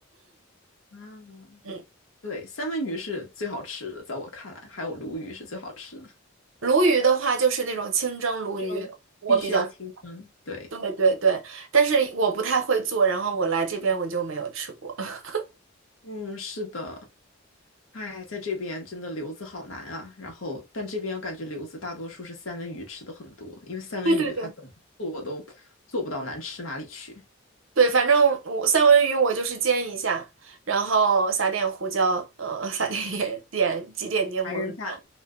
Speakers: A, on the left (about 80°); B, on the right (about 70°).
A: <laughs> 啊，
B: 嗯，
A: 对，三文鱼是最好吃的，在我看来，还有鲈鱼是最好吃的。
B: 鲈鱼的话就是那种清蒸鲈鱼，
A: 清蒸必须要清蒸，
B: 我比较，
A: 对，
B: 对对对，但是我不太会做，然后我来这边我就没有吃过。<laughs>
A: 嗯，是的。哎，在这边真的留子好难啊。然后，但这边我感觉留子大多数是三文鱼吃的很多，因为三文鱼它怎么做都做不到难吃哪里去。
B: 对对对。对，反正我三文鱼我就是煎一下，然后撒点胡椒，呃，<laughs> 撒点盐，点几点柠檬酱
A: 白人饭。